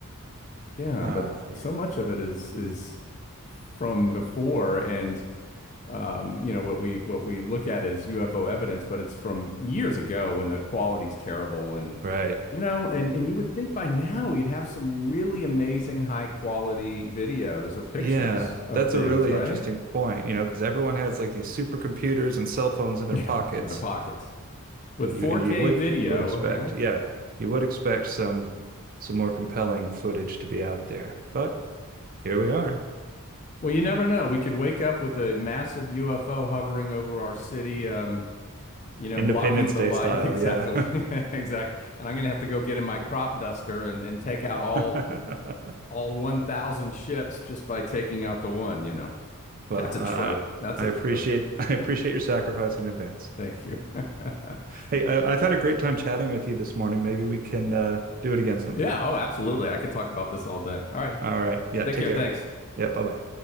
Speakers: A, on the left (about 35°); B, on the right (about 40°).
A: Yeah,
B: uh,
A: but
B: yeah,
A: so much of it is is from before, and um, you know what we what we look at is UFO evidence, but it's from years ago when the quality's terrible, and
B: right.
A: you know, and and you would think by now you'd have some really amazing high quality videos or pictures
B: Yeah,
A: of
B: that's
A: things,
B: a really
A: right?
B: interesting
A: <laughs>
B: point, you know, because everyone has like these supercomputers and cell phones in
A: Yeah,
B: their pockets,
A: in their pockets with
B: and
A: 4K
B: you and you would
A: video,
B: you would expect,
A: right?
B: yeah, you would expect some some more compelling footage to be out there. But here we are,
A: Well, you never know. We could wake up with a massive UFO hovering over our city, um, You know,
B: Independence
A: blocking the
B: Day
A: light.
B: style,
A: Exactly.
B: yeah.
A: <laughs> Exactly. And I'm going to have to go get in my crop duster and, and take out all
B: <laughs>
A: all 1,000 ships just by taking out the one, you know.
B: Well,
A: That's a
B: uh,
A: trope. That's
B: I
A: a
B: I appreciate
A: trope.
B: <laughs> I appreciate your sacrifice in advance.
A: Thank
B: <laughs>
A: you. <laughs>
B: Hey, uh, I've had a great time chatting with you this morning. Maybe we can uh, do it again sometime.
A: yeah. Oh, absolutely. I could talk about this all day. All right.
B: All right. Yeah,
A: Take
B: take
A: care.
B: care.
A: Thanks.
B: Yeah, bye-bye.